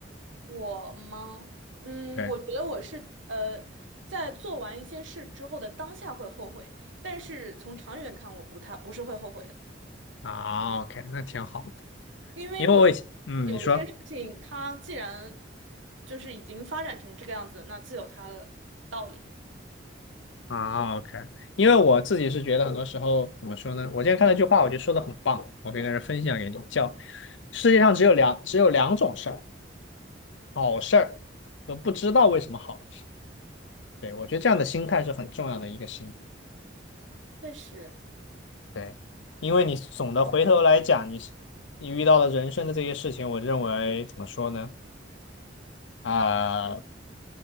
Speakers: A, on the right; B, on the left.
A: 我吗？嗯，
B: 对
A: 我觉得我是呃，在做完一些事之后的当下会后悔，但是从长远看，我不太不是会后悔的。
B: 啊，OK，那挺好的，
A: 因为我觉得
B: 因为我以前嗯，
A: 有一些事情，
B: 你说。
A: 它既然就是已经发展成这个样子，那自有它的道理。
B: 啊，OK，因为我自己是觉得很多时候怎么说呢？我今天看到一句话，我觉得说的很棒，我可以在这分享给你，叫世界上只有两只有两种事儿，好事儿和不知道为什么好的事。对，我觉得这样的心态是很重要的一个心态。
A: 确实，
B: 对，因为你总的回头来讲，你你遇到的人生的这些事情，我认为怎么说呢？啊、